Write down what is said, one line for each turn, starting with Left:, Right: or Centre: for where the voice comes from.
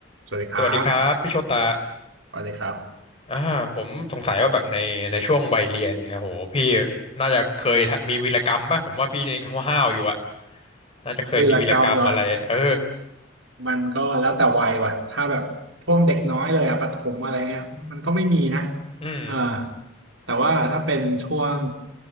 Right: สวัสดีครับ
Left: สวัสดีครับพี่โชตา
Right: สวัสดีครับ
Left: อ่าผมสงสัยว่าแบบในในช่วงวัยเรียนเนี่ยโหพี่น่าจะเคยมีวีรกรรมป่ะผมว่าพี่ในคำว่าห้าวอยู่อะน่าจะเคยมีวีรกรรมอะไรเออ
Right: วีรกรรมเหรอมันก็แล้วแต่วัยว่ะถ้าแบบช่วงเด็กน้อยเลยอะประถมอะไรเงี้ยมันก็ไม่มีนะ
Left: อืม
Right: อ่าแต่ว่าถ้าเป็นช่วง